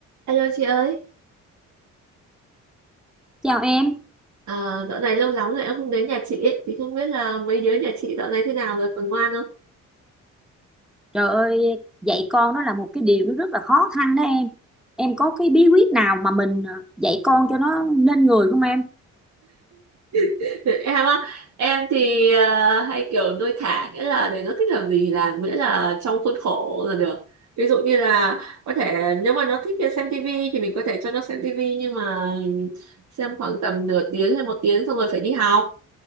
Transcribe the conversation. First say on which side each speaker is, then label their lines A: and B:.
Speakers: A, on the right; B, in the centre.
A: Alo chị ơi,
B: Chào em,
A: à, dạo này lâu lắm rồi em không đến nhà chị ấy. Thì không biết là mấy đứa nhà chị dạo này thế nào rồi, còn ngoan không?
B: trời ơi, dạy con đó là một cái điều nó rất là khó khăn đó em. Em có cái bí quyết nào mà mình ờ, dạy con cho nó nên người không em?
A: <laughs> Em á, em thì à, hay kiểu nuôi thả, nghĩa là để nó thích làm gì làm, miễn là trong khuôn khổ là được. Ví dụ như là có thể nếu mà nó thích xem tivi thì mình có thể cho nó xem tivi nhưng mà xem khoảng tầm nửa tiếng hay một tiếng xong rồi phải đi học.